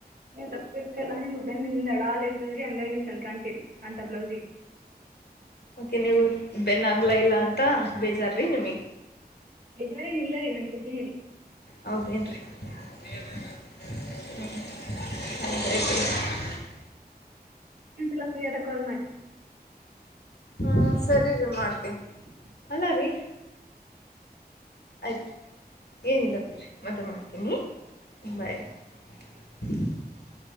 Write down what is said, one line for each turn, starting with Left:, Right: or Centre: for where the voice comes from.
Right: ನೀವು್ ತಪ್ಪಿರ್ತೀರಲ್ಲ ನೀ ಬೆನ್ನ ಹಿಂದ ಅಡ ಹಾಲ್ ಇತದ್ರಿ ಹಂಗಾಗಿ ನೀ ಚಂದ್ ಕಾಣ್ತೀರಿ ಅಂತ ಬ್ಲೌಸಿಿಗೆ
Left: ಓಕೆ <unintelligible> ಇಲ್ಲ ಅಂತ ಬೇಜಾರೀ ನಿಮಗ.
Right: ಬೇಜಾರೇನ್ ಇಲ್ಲರಿ ನನ್ ಖುಷಿನೆರಿ.
Left: ಹೌದೇನ್ರಿ. <unintelligible>
Right: ಎಂತಲ್ಲ ಪ್ರಿ ಆದಾಗ ಕಾಲ್ ಮಾಡ್ರಿ.
Left: ಹ್ಮ ಸರಿ ರಿ ಮಾಡ್ತೀನ್ ಅಲ್ಲ ರೀ. ಆಯ್ತು ರೀ ಏನಿಲ್ಲ ಬಿಡ್ರಿ ಮತ್ತ ಮಾಡ್ತೀನಿ ಬಾಯ್ ರಿ. <inaudible>